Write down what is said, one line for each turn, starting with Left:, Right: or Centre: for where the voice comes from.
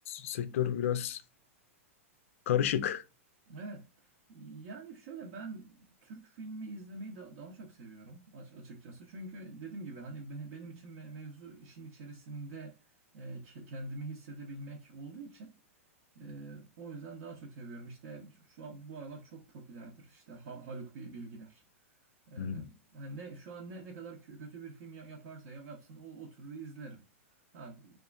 Left: sektör biraz karışık.
Right: Evet. Yani şöyle ben Türk filmi izlemeyi da, daha çok seviyorum aç- açıkçası. Çünkü dediğim gibi hani be- benim için me- mevzu işin içerisinde e, ke- kendimi hissedebilmek olduğu için e, o yüzden daha çok seviyorum. İşte şu şu an bu aralar çok popülerdir. İşte Ha- Haluk Bi- Bilginer. Ee,
Left: Hmm,
Right: hani ne şu an ne ne kadar kö- kötü bir film ya- yaparsa ya- yapsın o oturur izlerim. Ha